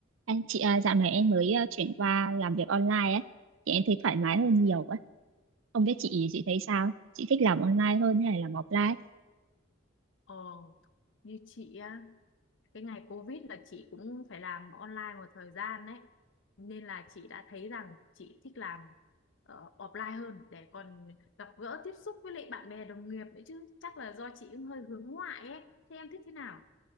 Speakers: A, on the right; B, on the left.
A: Anh chị à, dạo này em mới à, chuyển qua làm việc online ấy, thì em thấy thoải mái hơn nhiều ấy. Không biết chị chị thấy sao? Chị thích làm online hơn hay là làm offline?
B: Ờ, như chị á, cái ngày Covid là chị cũng phải làm online một thời gian đấy. Nên là chị đã thấy rằng chị thích làm ờ, offline hơn để còn gặp gỡ tiếp xúc với lại bạn bè đồng nghiệp nữa chứ. Chắc là do chị cũng hơi hướng ngoại ấy. Thế em thích thế nào?